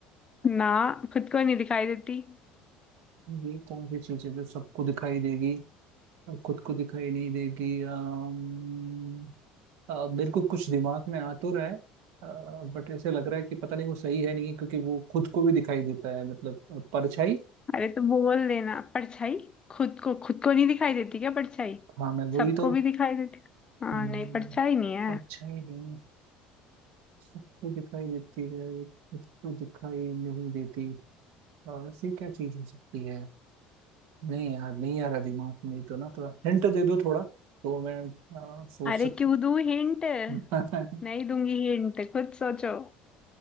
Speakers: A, on the left (about 25°); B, on the right (about 75°).
A: ना खुद को नहीं दिखाई देती
B: ये कौन सी चीज है जो सबको दिखाई देगी और खुद को दिखाई नहीं देगी अम्म, अ, मेरे को कुछ दिमाग में आ तो रहा है बट ऐसे लग रहा है कि पता नहीं वो सही है नहीं क्योंकि वो खुद को भी दिखाई देता है मतलब अ, परछाई
A: अरे तो बोल देना परछाई खुद को खुद को नहीं दिखाई देती क्या परछाई
B: हाँ मैं वही
A: सबको
B: तो
A: भी दिखाई देती हाँ
B: हम्म,
A: नहीं परछाई नहीं है
B: परछाई नहीं सबको दिखाई देती है वो खुद को दिखाई नहीं देती अ, ऐसी क्या चीज हो सकती है नहीं यार नहीं आ रहा दिमाग में तो ना थोड़ा हिंट दे दो थोड़ा तो मैं अ, सोच
A: अरे
B: सकता
A: क्यों दूँ हिंट
B: हूँ
A: नहीं दूंगी हिंट खुद सोचो